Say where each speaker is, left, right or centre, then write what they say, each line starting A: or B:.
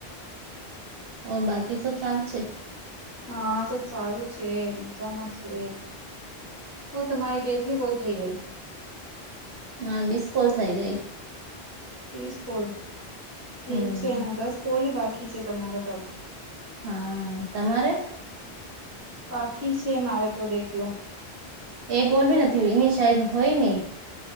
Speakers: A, on the right; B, on the right.
A: ઓર બાકી સ કામ છે.
B: હા, તો સારું છે, મજામાં છે. હ, તમારે ગે એટલી બોલ થઇ ગઈ.
A: મા મિસ્કોલ થઈ ગઈ.
B: બીસ કોલ ઠીક
A: હમ
B: છે, અને દસ કોલ બાકી છે, તમારે ત
A: હા, તમારે?
B: બાખી છે, મારે તો દેખલો.
A: એ ગોલ બી નથી હોય, એની સાઈ હોય નઈ.